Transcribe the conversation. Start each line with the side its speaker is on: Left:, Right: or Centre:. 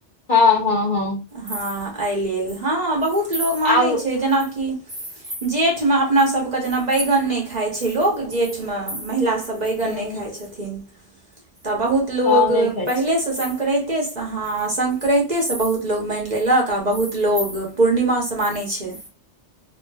Left: हँ हँ हँ।
Right: हँ एइ लेल हँ बहुत लोग मानै
Left: आब
Right: छै जेनाकि जेठमे अपना सभके जेना बैगन नै खाइ छै लोक जेठमे महिला बैगन
Left: ह
Right: नै खाइ छथिन त बहुत लोग
Left: हँ नहि खाइ
Right: पहिले
Left: छी
Right: स सँ। संक्राइते स हँ संक्राइते स बहुत लोग मानि लेलक आ बहुत लोग पूर्णिमा स मानै छै।